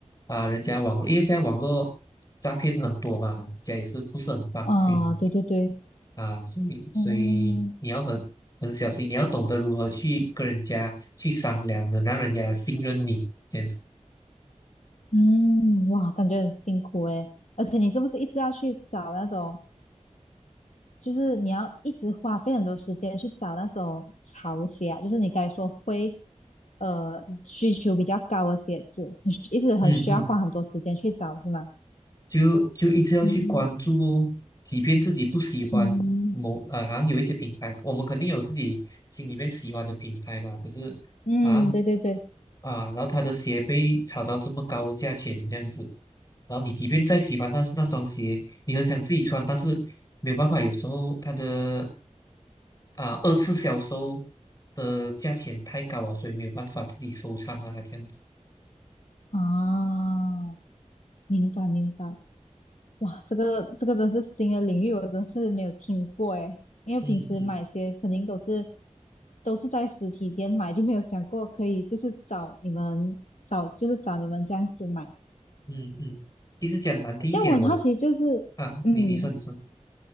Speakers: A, on the left; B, on the left.
A: 啊，人家网络，因为现在网络诈骗很多嘛，人家也是不是很放心
B: 哦，对对对，
A: 啊，所以所以你要很很小心，
B: 哦，
A: 你要懂得如何去跟人家去商量的，让人家信任你，这样子。
B: 嗯，哇，感觉很辛苦诶。而且你是不是一直要去找那种，就是你要一直花费很多时间去找那种潮鞋啊，就是你该说会，呃，需求比较高的鞋子，你一直很需要花很多时间去找是吗？
A: 嗯嗯。就就一直要去关注哦，
B: 嗯
A: 即便自己不喜欢某啊，
B: 嗯
A: 好像有一些品牌，我们肯定有自己心里面喜欢的品牌吧，可是好像
B: 嗯，对对对，
A: 啊，然后他的鞋被炒到这么高的价钱这样子，然后你即便再喜欢那那双鞋，你很想自己穿，但是没有办法，有时候他的啊二次销售的价钱太高了，所以没有办法自己收藏啊这样子，
B: 哦，明白明白。哇，这个这个真是新的领域，我真是没有听过诶，因为平时买鞋肯定都是
A: 嗯嗯
B: 都是在实体店买，就没有想过可以就是找你们找就是找你们这样子买。
A: 嗯嗯，其实讲难听一点，
B: 这样我很好奇，
A: 我。
B: 就是
A: 啊，
B: 嗯，
A: 你你说你说，